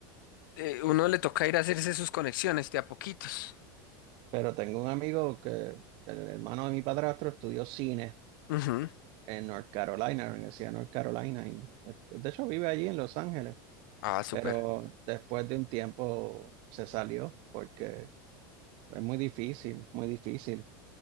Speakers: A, on the left; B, on the right.
A: eh, uno le toca ir a hacerse sus conexiones de a poquitos.
B: Pero tengo un amigo que, el hermano de mi padrastro, estudió cine
A: Ujú.
B: en North Carolina, en la Universidad de North Carolina, y este, de hecho vive allí en Los Ángeles,
A: Ah, súper.
B: pero después de un tiempo se salió porque es muy difícil, muy difícil.